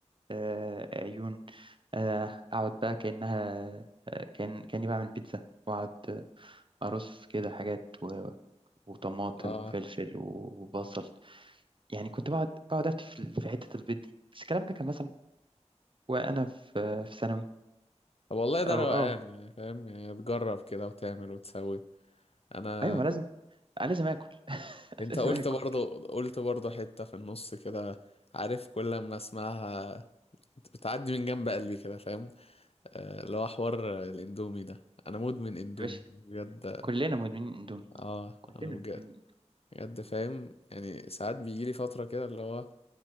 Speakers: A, on the right; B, on the left.
A: آه، عيون آه، أقعد بقى كأنها آه، كأن كأني بعمل بيتزا وأقعد آه، أرص كده حاجات و- وطماطم
B: اه
A: وفلفل وبصل يعني كنت بقعد بقعد أفتي في في حتة البيض دي بس الكلام ده كان مثلا وأنا في في ثانوي
B: طب والله ده
A: أو
B: روقان
A: أه
B: يعني فاهم يعني تجرب كده وتعمل وتسوي انا
A: أيوة ما لازم لازم آكل <laughs>
B: انت
A: لازم
B: قلت
A: آكل
B: برضو قلت برضو حتة في النص كده عارف كل ما اسمعها بتعدي من جنب قلبي كده فاهم آه، اللي هو حوار الاندومي ده انا مدمن
A: يا
B: اندومي
A: باشا
B: بجد
A: كلنا مدمنين اندومي
B: اه
A: كلنا
B: انا بجد
A: مدمنين إندومي.
B: بجد فاهم يعني ساعات بيجيلي فترة كده اللي هو